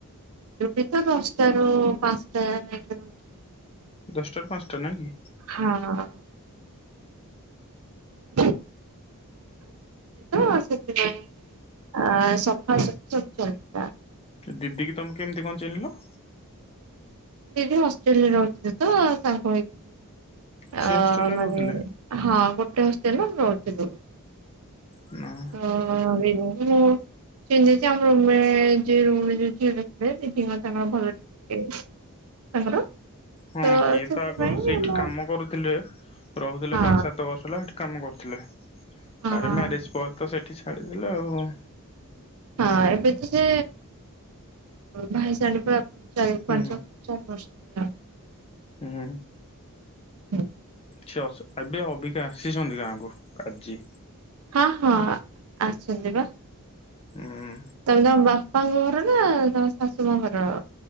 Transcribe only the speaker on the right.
ଏବେତ ଦଶଟାରୁ ପାଞ୍ଚଟା ଯାକେ ରହୁଛି।
ହଁ। <unintelligible> ତ ସେଥିପାଇଁ ଅଁ ସଫାସଫି ସବୁ ଚାଲିଥିଲା।
ଦିଦି ହଷ୍ଟଲରେ ରହୁଥିଲେ ତ ତାଙ୍କ ହେଇକି
ଅଁ
ମାନେ
ହଁ ଗୋଟେ ହଷ୍ଟଲରେ ରହୁଥିଲୁ।
ହଁ <unintelligible> ଚ <unintelligible> ଆମ ରୁମ ରେ ଯ ରୁମ ରେ ଯୋଉ ଝିଅଟେ ଥିଲେ ଦିଦି ତାଙ୍କର ଭଲ ଟିକେ ତାଙ୍କର
ତ
ସେଥିପାଇଁ
ମୁଁ
ହଁ
ହଁ।
ହଁ ଏବେ ତ ସେ ଭାଇସ <unintelligible> ପା ଚାରି
ପାଞ୍ଚ ଚାରି <unintelligible>
ହୁଁ
ହଁ ହଁ ଆସୁଚି ପା।
ତମେ ତମ ବାପାଙ୍କ ଘର ନା ତମ ଶାଶୁ ମାଙ୍କ ଘର?